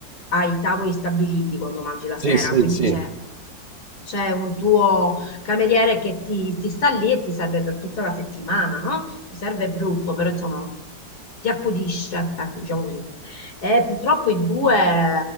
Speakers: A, on the left (about 60°); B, on the right (about 85°).
A: hai i tavoli stabiliti quando mangi la
B: Sì,
A: sera,
B: sì,
A: quindi
B: sì.
A: c'è c'è un tuo cameriere che ti, ti sta lì e ti serve per tutta la settimana, no? Ti serve brutto, però insomma ti accudisce, ecco, diciamo così. E purtroppo in due eh,